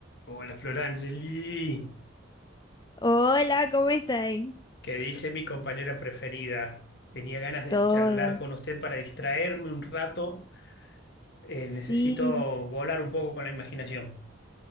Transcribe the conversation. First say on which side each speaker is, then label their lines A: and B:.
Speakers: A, on the left; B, on the left.
A: Hola Florangeli,
B: Hola, ¿cómo estáis?
A: ¿qué dice mi compañera preferida? Tenía ganas de
B: Todo.
A: charlar con usted para distraerme un rato. Eh, necesito
B: Sí,
A: volar un poco con la imaginación.